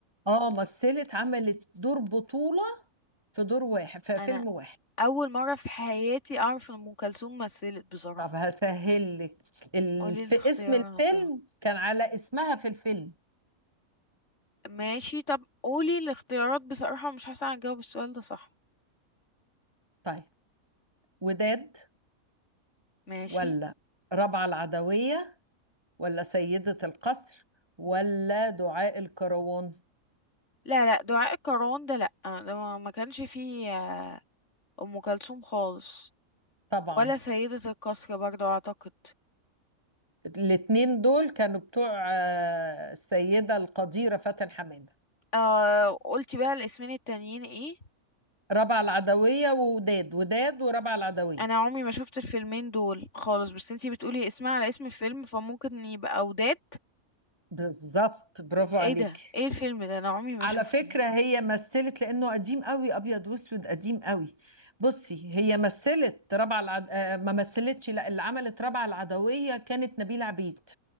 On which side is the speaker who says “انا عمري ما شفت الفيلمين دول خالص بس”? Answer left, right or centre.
Left